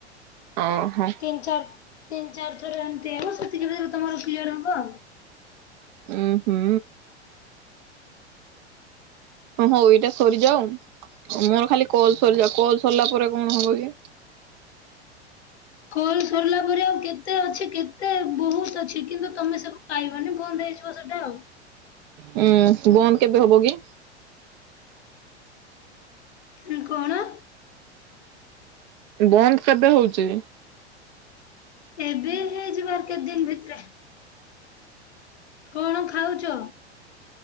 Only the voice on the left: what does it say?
ତିନି ଚାରି ତିନି ଚାରି ଥର ଏମିତି ହବ ସେତିକି ରେ ତମର କ୍ଲିୟର ହବ।
କଲ ସରିଲା ପରେ ଆଉ କେତେ ଅଛି କେତେ ବହୁତ ଅଛି କିନ୍ତୁ ତମେ ସବୁ ପାଇବନି ବନ୍ଦ ହେଇଯିବ ସେଟା ଆଉ।
ହଁ କଣ?
ଏବେ ହେଇଯିବ ଆର୍ କେତେ ଦିନ ଭିତରେ। କଣ ଖାଉଛ?